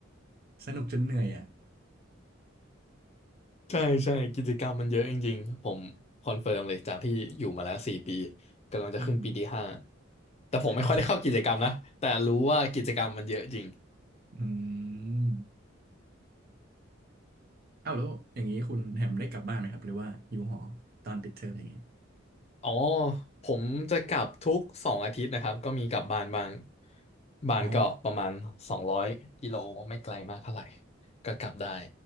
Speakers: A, on the right; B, on the left.
A: สนุกจนเหนื่อยอะ
B: ใช่ใช่กิจกรรมมันเยอะจริงๆผมคอนเฟิร์มเลยจากที่อยู่มาแล้วสี่ปีกำลังจะขึ้นปีที่ห้า
A: อืม
B: แต่ผมไม่ค่อยได้เข้ากิจกรรมนะแต่รู้ว่ากิจกรรมมันเยอะจริง
A: <laughs> อืม เอ้าแล้วอย่างนี้คุณแฮมได้กลับบ้านไหมครับหรือว่าอยู่หอตอนปิดเทอมอย่างนี้
B: อ๋อผมจะกลับทุกสองอาทิตย์นะครับก็มีกลับบ้านบ้างบ้านก็ประมาณสองร้อยกิโลไม่ไกลมากเท่าไหร่
A: อ๋อ
B: ก็กลับได้